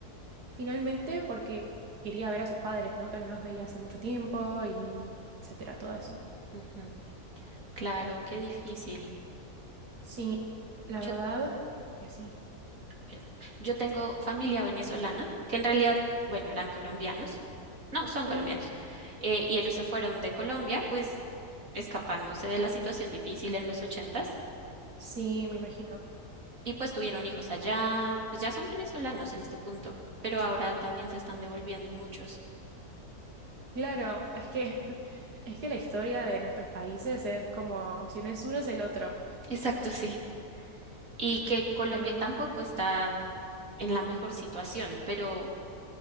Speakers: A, on the right; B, on the right.
A: finalmente, porque quería ver a sus padres, ¿no? Que no los veía hace mucho tiempo y etcétera, todo eso.
B: ujú, claro, qué difícil.
A: Sí, la
B: Yo,
A: verdad que sí.
B: perdón, yo tengo familia venezolana, que en realidad, bueno, eran colombianos, no, son
A: Mm,
B: colombianos, eh, y ellos se fueron de Colombia, pues escapándose de la situación difícil en los ochentas.
A: Sí, me imagino.
B: Y pues tuvieron hijos allá, pues ya son venezolanos en este punto, pero ahora también se están devolviendo muchos.
A: Claro, es que, <laughs> es que la historia de nuestros países es como, si no es uno, es el otro.
B: Exacto, sí. Y que Colombia
A: Tremendo.
B: tampoco está en la mejor situación, pero,